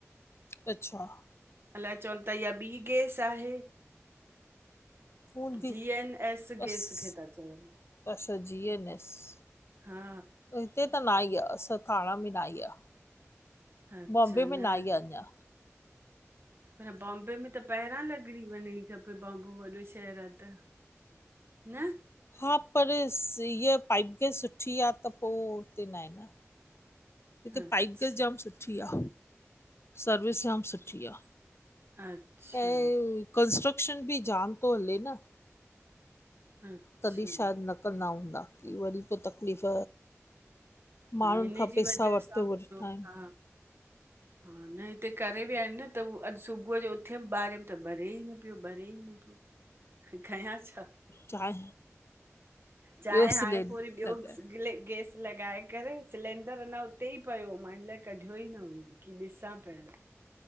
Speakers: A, on the left (about 55°); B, on the right (about 50°).
A: अच्छा।
B: अलाए चवन था इहा ॿी गैस आहे।
A: हूंदी
B: जी एन एस
A: बसि
B: गैस खे था चवन।
A: अच्छा जी एन एस
B: हा।
A: हिते त न आई आ, असां थाणा में ना आई आ
B: अच्छा
A: बॉम्बे
B: न
A: में ना आई आ अंञा।
B: पर बॉम्बे में त पहिरां लॻणी वंञिणी खपे। बम्बो वॾो शहरु आ त, न।
A: हा पर हीअ पाइपगैस सुठी आ त पो हुते न आहे न। हिते
B: अच्छा
A: पाइपगैस जाम सुठी आ, सर्विस जाम सुठी आ।
B: अच्छा
A: ऐं कंस्ट्रक्शन बि जाम थो हले न
B: अच्छा
A: तॾहिं शायद न कंदा हूंदा, की वरी पो तकलीफ़
B: हा
A: माण्हुन
B: इन
A: खां
B: जी
A: पेसा
B: वजह
A: वठी
B: सां हूंदो
A: वठता आहिन
B: हा हा, न हिते करे विया आहिन न त अॼ सुबुह जो उथयम ॿारियम त ॿरे ई न पियो ॿरे ई न पियो, कयां छा?
A: चाहे
B: चाहे
A: ॿियो
B: हाणे
A: सिलेंडर
B: पो वरी ॿियो
A: लॻाए
B: गैस लॻाए करे सिलेंडर अञा उते ई पियो, मां हिन लाइ कढियो ई न हुयो की ॾिसां पहिरियो